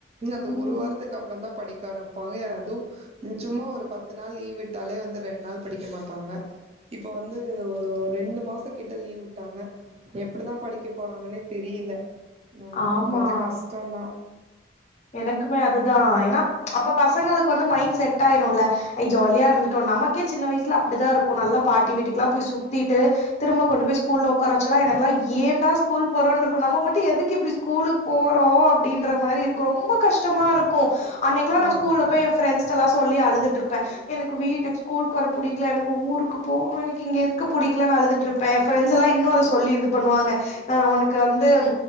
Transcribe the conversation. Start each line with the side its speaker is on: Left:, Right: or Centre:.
Right: அந்த
Left: ம்
Right: ஒரு வாரத்துக்கு அப்புறோ தா படிக் க ஆரம்பப்பாங்க அதும் சும்மா ஒரு பத்து நாள் லீவ் விட்டாலே வந்து ரெண்டு நாள் படிக்க மாட்டாங்க இப்ப வந் வந்து ரெண்டு மாச கிட்ட லீவ் விட்டாங்க எப்டிதா படிக்க போறாங்கனே தெரியல ஆ
Left: ஆமா
Right: கொஞ்சோ கஷ்டோதா
Left: எனக்குமே அதுதா ஏன்னா அப்ப பசங்களுக் கு வந்து மைண்ட் செட் ஆயிருல்ல ஐ ஜாலியா இருந்துட்டோ நமக்கே சின்ன வயசுல அப்டிதா இருக்கு நல்லா பாட்டி வீட்டுக்குலா போய் சுத்திட்டு திரும்ப கொண்டு போய் ஸ்கூல்ல உக்கார வெச்சால்லா எனக்கெலா ஏன்டா ஸ்கூல் போறோன்று இருக்கு நம்ம மட்டு எதுக்கு இப்ப ஸ்கூலுக்கு போறோ அப்டின்ற மாரி இருக் கு ரொம்ப கஷ்டமா இருக்கு அன்னைக்குலா நா
Right: ஆமா
Left: ஸ்கூல்ல போய் எ ஃபிரண்ட்ஸ்டல்லா சொல்லி அழு துட்டுருப்பே எனக்கு வீட்டு ஸ்கூல்க்கு வர புடிக்கல எனக்கு ஊருக்கு போனு எனக்கு இங்க இருக்க புடிக்கலனு அழுது ட்ருப்பே எ ஃபிரரெண்ட்ஸ் எல்லா இன்னு அத சொல்லி இது பண்ணுவாங்க அ உனக் கு வந்து